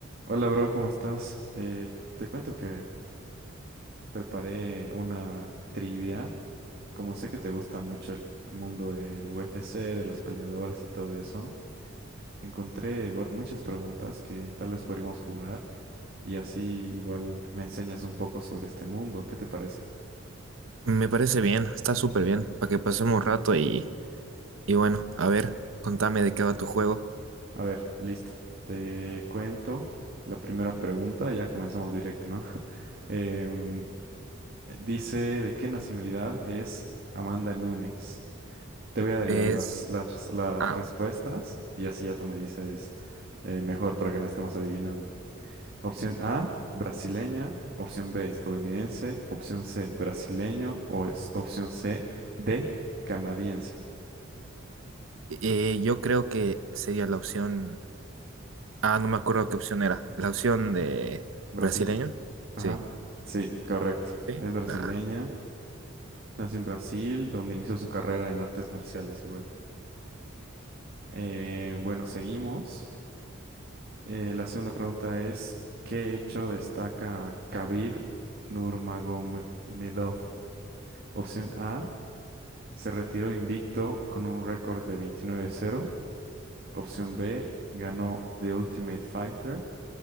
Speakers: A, on the right; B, on the right.
A: Hola, bro, ¿cómo estás? Eh, te cuento que preparé una trivia. Como sé que te gusta mucho el el mundo del UFC, de los peleadores y todo eso, encontré bu- muchas preguntas que tal vez podríamos jugar y así igual me enseñas un poco sobre este mundo. ¿Qué te parece?
B: Me parece bien, está súper bien, para que pasemos rato y, y bueno, a ver, contame de qué va tu juego.
A: A ver, listo. Te cuento la primera pregunta. Ya comenzamos directo, ¿no? <laughs> Em, dice, ¿de qué nacionalidad es Amanda Nunes? Te voy a dar
B: Es...
A: igual las, las, las
B: Ah,
A: respuestas
B: bueno.
A: y así ya tú me dices eh, mejor para que no estemos adivinando. Opción A, brasileña. Opción B, estadounidense. Opción C, brasileño. O es- opción C, D, canadiense.
B: Eh, yo creo que sería la opción... Ah, no me acuerdo qué opción era. La opción de
A: Brasileña.
B: brasileño.
A: Ajá.
B: Sí.
A: Sí, correcto.
B: Sí.
A: Es brasileña.
B: Ah,
A: Nació en Brasil, donde inició su carrera en artes marciales igual. Eh, bueno, seguimos. Eh, la segunda pregunta es, ¿qué hecho destaca Khabib Nurmagomedov? Opción A, se retiró invicto con un récord de 29-0. Opción B, ganó The Ultimate Fighter.